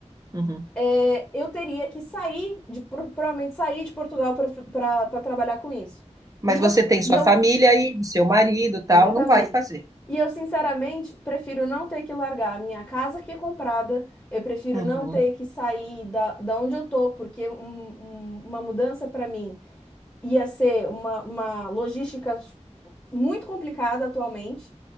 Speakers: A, on the right (about 30°); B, on the left (about 15°).
A: Uhum.
B: é, eu teria que sair, de, pro- provavelmente sair de Portugal para trabalhar com isso.
A: Mas
B: E eu,
A: você tem sua
B: e eu
A: família aí, do seu marido, e tal,
B: Exatamente.
A: não vai fazer.
B: E eu, sinceramente, prefiro não ter que largar a minha casa que é comprada, eu prefiro
A: Uhum.
B: não ter que sair da, da onde eu tô, porque um- um- uma mudança para mim ia ser uma, uma logística muito complicada atualmente.